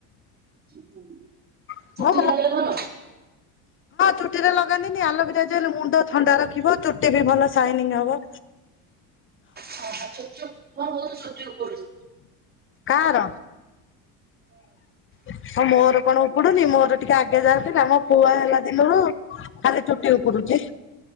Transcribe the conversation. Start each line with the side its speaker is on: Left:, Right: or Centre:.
Right: <inaudible>
Left: <inaudible>
Right: ଚୁଟିକି
Left: ହଁ
Right: ଲଗେଇଲେ ଭଲ
Left: ଚୁଟିରେ ଲଗାନ୍ତିନି ଆଲୋଭେରା ଜେଲେ ମୁଣ୍ଡ ଥଣ୍ତା ର ରଖିବ ତୁଟି ବି ଭଲ ସାଇନିଙ୍ଗ ହବ।
Right: <unintelligible> ବହୁତ ଚୁଟି ଉପୁଡ଼ୁଚି।
Left: କାହାର? ଆଉ ମୋର କଣ ଉପୁଡୁନି ମୋର ଟିକେ ଆଗେ ଯାହା ଥିଲା ମୋ ପୁଆ ହେଲା ଦିନରୁ ଖଲି ଚୁଟି ଉପୂଡୁଛି।